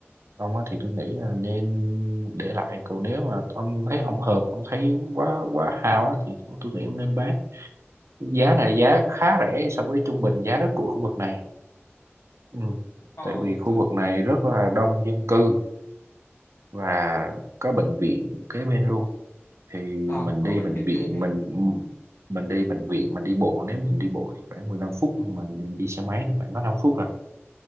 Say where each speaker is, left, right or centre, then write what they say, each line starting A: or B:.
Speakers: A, on the right (about 80°); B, on the left (about 75°).
A: ông á thì tôi nghĩ là nên để lại còn nếu mà ông thấy không hợp ông thấy quá quá hao á thì tôi nghĩ ông nên bán giá này giá khá rẻ so với trung bình giá đất của khu vực này ừ.
B: Ờ,
A: tại vì khu
B: tôi,
A: vực này rất là đông dân cư và có bệnh viện kế bên luôn thì
B: ờ,
A: mình
B: có
A: đi
B: bệnh
A: bệnh
B: viện
A: viện
B: kế bên.
A: mình mình đi bệnh viện mình đi bộ nếu mình đi bộ thì khoảng 15 phút nhưng mà mình đi xe máy thì khoảng có 5 phút à